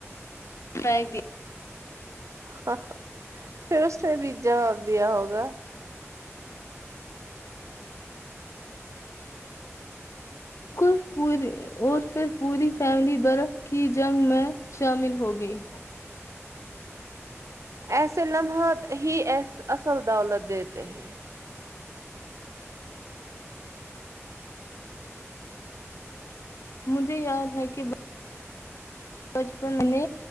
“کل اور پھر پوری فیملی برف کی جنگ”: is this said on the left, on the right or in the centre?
Left